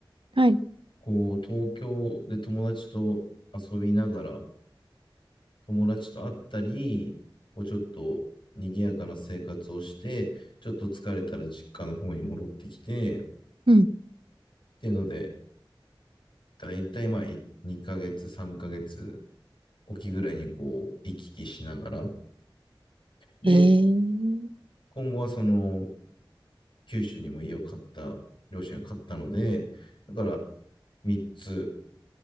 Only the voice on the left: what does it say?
こう東京で友達と遊びながら、友達と会ったり、こうちょっと賑やかな生活をして、ちょっと疲れたら実家の方に戻ってきて、っ
ていうので、だいたいまあ2ヶ月、3ヶ月沖ぐらいにこう行き来しながら、で、
今後はその九州にも家を買った、両親が買ったので、だから3つ